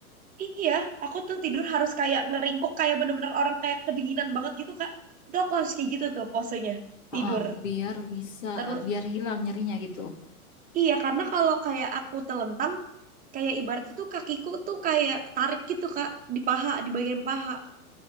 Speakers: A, on the right; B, on the left.
A: Iya, aku tuh tidur harus kayak ngeringkuk kayak bener-bener orang kayak kedinginan banget gitu, Kak. Itu aku harus kayak gitu tuh posenya,
B: Heeh,
A: tidur.
B: biar bisa,
A: Terus
B: uh, biar hilang nyerinya gitu.
A: iya, karena kalau kayak aku telentang, kayak ibaratnya tuh kakiku tuh kayak tarik gitu, Kak, di paha, di bagian paha.